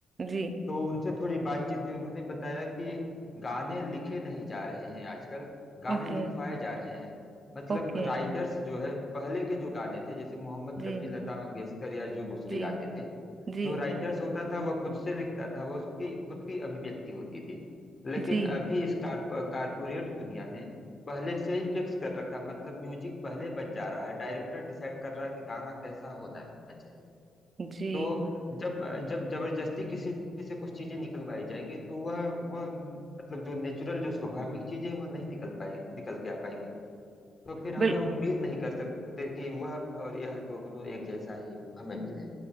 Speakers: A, on the right (about 50°); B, on the left (about 35°).
A: जी
B: तो उनसे थोड़ी बातचीत हुई उन्होंने बताया कि गाने लिखे नहीं जा रहे हैं आजकल गाने
A: ओके
B: लिखवाए जा रहे हैं मतलब
A: ओके
B: राइटर्स जो है पहले के जो गाने थे जैसे मोहम्मद
A: जी
B: रफ़ी लता मंगेशकर या जो दूसरे
A: जी
B: गाते थे
A: जी
B: जो राइटर्स होता था वह खुद से लिखता था वह उसकी खुद की अभिव्यक्ति होती थी लेकिन
A: जी
B: अभी इस कारपोरेट दुनिया ने पहले से ही फिक्स कर रखा मतलब म्यूजिक पहले बज जा रहा है डायरेक्टर डिसाइड कर रहा है कि गाना कैसा होना चाहिए
A: जी
B: तो जब जब जबरदस्ती किसी से कुछ चीजें निकलवाई जाएंगी तो वह वह मतलब जो नेचुरल जो स्वाभाविक चीजें हैं वह नहीं निकल पाए निकल के आ पाएंगी तो फिर हमें
A: बिल्कुल
B: उम्मीद नहीं कर सकते कि वह और यह दोनों एक जैसा ही हमें मिले